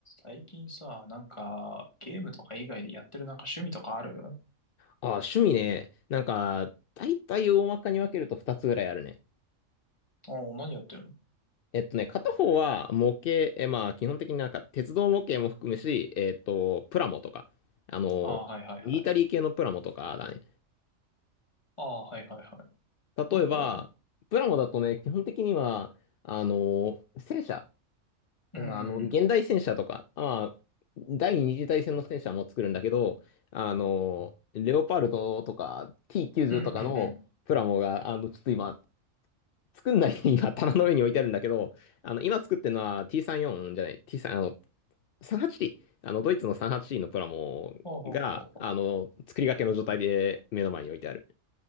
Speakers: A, on the left (about 20°); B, on the left (about 65°).
A: 最近さ、なんか、ゲームとか以外でやってるなんか趣味とかある
B: あ、趣味ね。なんか、大体大まかに分けると2つぐらいあるね。
A: ああー、何やってるの
B: えっとね、片方は模型、え、まあ基本的になんか鉄道模型も含むし、えっと、プラモとか、あの、
A: ああー、はいはいはい。
B: ミリタリー系のプラモとかだね。
A: ああ、はいはいはい。
B: 例えば、
A: もう一個は
B: プラモだとね、基本的には、あの、戦車、
A: うん、
B: あの、現代戦車とか、
A: うん、
B: まあ、第二次大戦の戦車も作るんだけど、あの、レオパルトとか T90
A: うん、
B: とかのプラモが、
A: うん。
B: あの、ちょっと今、作んないで今、棚の上に置いてあるんだけど、あの、今作ってるのは T34 じゅうよんじゃない、T3、あの、38T、あの、ドイツの 38T のプラモが、
A: ほうほうほうほ
B: あの、作りかけの状態で目の前に置いてある。